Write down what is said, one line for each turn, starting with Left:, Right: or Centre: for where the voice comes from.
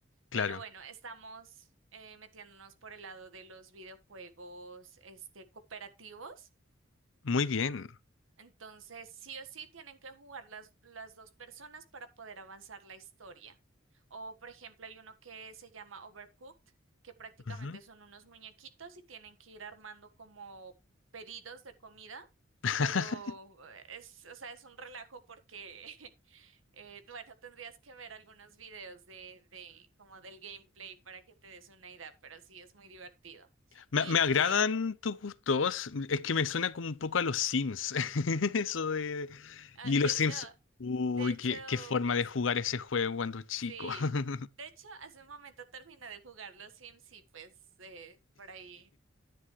Left: claro.
Right: Pero bueno, estamos eh, metiéndonos por el lado de los videojuegos este, cooperativos.
Left: Muy bien.
Right: Entonces, sí o sí tienen que jugar las, las dos personas para poder avanzar la historia. O, por ejemplo, hay uno que se llama Overcooked, que prácticamente
Left: Ujú.
Right: son unos muñequitos y tienen que ir armando como pedidos de comida,
Left: <laughs>
Right: pero eh, es, o sea, es un relajo porque, <laughs> eh, bueno, tendrías que ver algunos videos de, de, como del gameplay para que te des una idea, pero sí es muy divertido.
Left: Me,
Right: Y
Left: me
Right: oye,
Left: agradan tus gustos, es que me suena como un poco a los Sims. <laughs> Eso de...
Right: ah,
Left: Y
Right: de
Left: los
Right: hecho,
Left: Sims, uy,
Right: de hecho,
Left: qué, qué forma
Right: justo
Left: de jugar ese juego cuando chico.
Right: Sí.
Left: <laughs>
Right: De hecho, hace un momento terminé de jugar los Sims y pues eh, por ahí.